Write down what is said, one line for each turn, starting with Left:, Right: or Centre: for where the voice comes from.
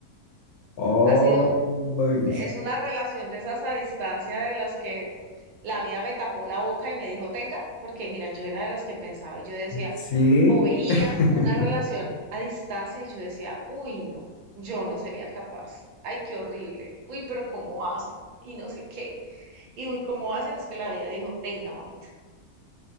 Left: Oh,
Right: Ha sido,
Left: y-
Right: es una relación de esas a distancia de las que la vida me tapó la boca y me dijo, tenga, porque mira, yo era de las que pensaba y yo decía,
Left: sí.
Right: o veía
Left: <laughs>
Right: una relación a distancia y yo decía, uy, no, yo no sería capaz. Ay, qué horrible. Uy, pero ¿cómo hacen? Y no sé qué. Y uy, ¿cómo hacen? Es que la vida dijo, tenga, mamita.